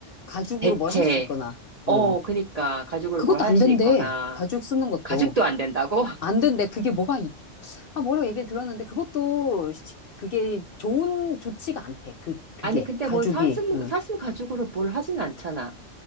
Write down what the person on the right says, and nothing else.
대체.
어,
그니까 가죽으로
뭘 할
수
있거나
가죽도 안 된다고? <laughs>
아니, 근데
뭐 사슴
사슴 가죽으로 뭘 하진 않잖아.